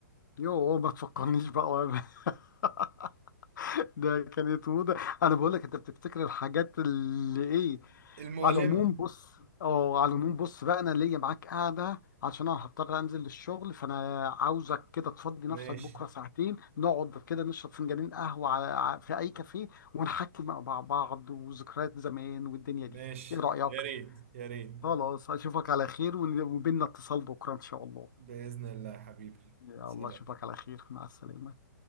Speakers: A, on the left (about 65°); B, on the right (about 40°).
A: يوه ما تفكرنيش بقى وأنا- <laughs> ده كانت موضة انا بقول لك انت بتفتكر الحاجات اللي ايه
B: المؤلمه
A: على العموم بص اه على العموم بص بقى انا ليا معاك قاعده عشان انا هضطر انزل للشغل فانا عاوزك كده تفضي نفسك
B: ماشي
A: بكره ساعتين نقعد كده نشرب فنجانين قهوه على ع- في اي كافيه ونحكي مع مع بعض وذكريات زمان والدنيا
B: ماشي
A: دي ايه رايك
B: يا ريت يا ريت
A: خلاص اشوفك على خير ون- وبيننا اتصال بكره ان شاء الله
B: باذن الله يا حبيبي
A: يلا
B: سلام
A: اشوفك على خير مع السلامه